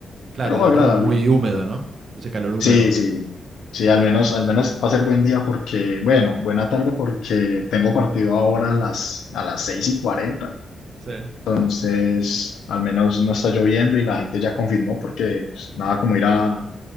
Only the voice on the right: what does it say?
Claro,
y debe
estar muy húmedo, ¿no? Ese calor húmedo.
Sí.